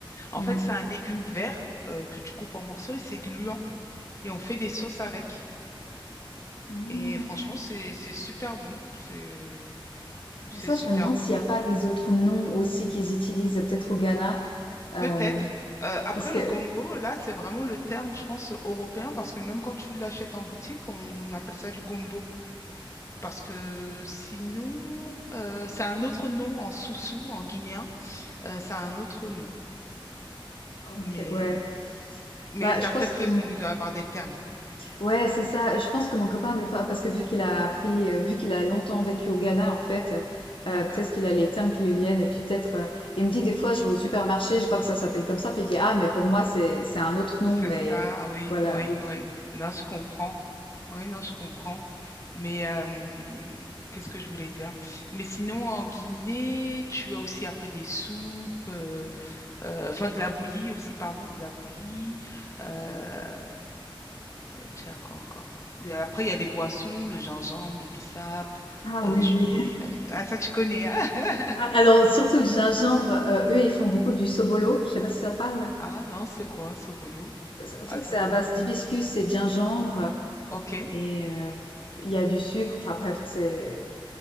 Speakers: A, on the left; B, on the left.
A: En
B: Non.
A: fait, c'est un légume vert euh, que tu coupes en morceaux et c'est gluant. Et on fait des sauces avec.
B: Ah.
A: Et franchement, c'est c'est super bon. C'est c'est
B: Des fois,
A: super
B: je me demande
A: bon.
B: s'il n'y a pas des autres noms aussi qu'ils utilisent, peut-être au Ghana. Euh,
A: Peut-être. Euh, après,
B: Parce que,
A: le gombo, là, c'est vraiment le terme, je pense, européen, parce que même quand tu l'achètes en boutique, on appelle ça du gombo. Parce que sinon, euh, c'est un autre nom en soussou, en guinéen, euh, ça a un autre nom.
B: ok,
A: Mais,
B: ouais.
A: mais
B: Bah,
A: tu
B: je
A: as
B: pense
A: peut-être
B: que
A: raison,
B: mon...
A: il doit avoir des termes.
B: ouais, c'est ça. Je pense que mon copain, des fois, parce que vu qu'il a appris, euh, vu qu'il a longtemps vécu au Ghana, en fait, euh,
A: D'accord?
B: peut-être qu'il a les termes qui lui viennent. Et puis peut-être, euh, il me dit des fois, je vais au supermarché, je vois que ça s'appelle comme ça, puis il dit, ah, mais pour moi, c'est c'est un autre
A: C'est
B: nom, mais
A: ça, ah oui,
B: voilà.
A: oui,
B: Donc,
A: oui.
B: il-
A: Non, je comprends. Oui, non, je comprends. Mais euh, qu'est-ce que je voulais dire? Mais sinon, en Guinée, tu as aussi après des soupes, euh, euh, enfin de la bouillie aussi, pardon, de la bouillie. Euh, tu as quoi encore? Mais Après, il y a les boissons, le gingembre, le bissap,
B: ah
A: euh,
B: oui,
A: jus
B: oui.
A: de boy.
B: <laughs>
A: euh, ah, ça, tu connais, hein? <laughs>
B: Ah, Alors, surtout le gingembre, euh, eux, ils font beaucoup du sobolo. Je sais pas si ça te parle.
A: Ah non, c'est quoi, ce boulot?
B: En fait,
A: Ah, c'est
B: c'est
A: marrant.
B: à base d'hibiscus et de gingembre,
A: Ok,
B: et euh, il y a du sucre. Enfin bref, c'est